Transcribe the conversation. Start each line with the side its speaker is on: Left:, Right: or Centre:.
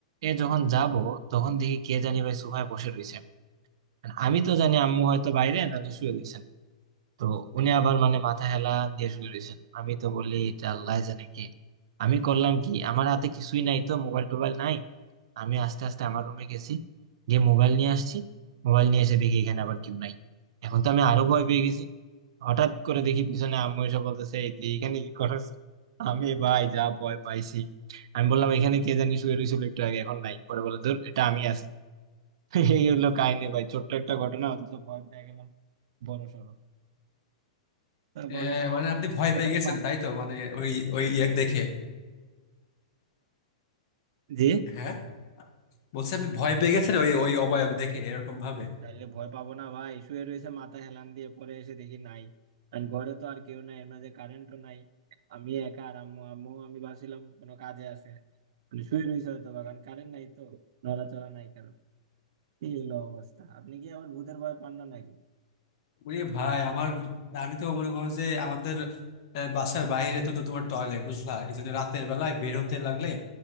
Right: এ যখন যাব তখন দেখি কে জানি ভাই সোফায় বসে রয়েছে আর আমি তো জানি আম্মু হয়তো বাইরে নাহলে শুয়ে রয়েছেন তো উনি আবার মানে মাথা হেলা দিয়ে শুয়ে রয়েছেন আমি তো বলি এটা আল্লাহ জানে কে আমি করলাম কি আমার হাতে কিছুই নাই তো মোবাইল টোবাইল নাই আমি আস্তে আস্তে আমার রুমে গেছি গিয়ে মোবাইল নিয়ে আসছি মোবাইল নিয়ে এসে দেখি এখানে আবার কেউ নাই এখন তো আমি আরো ভয় পেয়ে গেছি হঠাৎ করে দেখি পিছনে আম্মু এসে বলতেছে "এই তুই এখানে কি করছ আমি ভাই যা ভয় পাইছি আমি বললাম এখানে কে জানি শুয়ে রয়েছিল একটু আগে এখন নাই পরে বলে ধর এটা আমি আছি <laughs> এই হলো কাহিনী ভাই ছোট্ট একটা ঘটনা অথচ ভয় পেয়ে গেলাম বড় সড়ো
Left: হ্যাঁ
Right: বলেন
Left: আহ, মানে আপনি ভয়
Right: ভয়
Left: পেয়ে
Right: টয়
Left: গেছেন
Right: পাবো
Left: তাই
Right: না।
Left: তো মানে ওই ওই ইয়াক দেখে
Right: জি
Left: হ্যাঁ বলছি আপনি ভয় পেয়ে গেছেন ওই ওই অবায়ক দেখে এরকম ভাবে
Right: তাইলে ভয় পাবো না ভাই শুয়ে রয়েছে মাথা হেলান দিয়ে পরে এসে দেখি নাই কারণ ঘরে তো আর কেউ নাই এর মাঝে কারেন্টও নাই আমি একা আর আম্মু আম্মু আমি ভাবছিলাম কোনো কাজে আছে মানে শুয়ে রয়েছে হয়তো বা, কারণ কারেন্ট নাই তো নড়াচড়া নাই কারো এই হলো অবস্থা আপনি কি আবার ভূতের ভয় পান না নাকি
Left: ওরে ভাই আমার আমি তো মনে করো যে আমাদের আহ, বাসার বাইরে তো তো তোমার টয়লেট বুঝলা এই জন্য রাতের বেলায় বের হতে লাগলে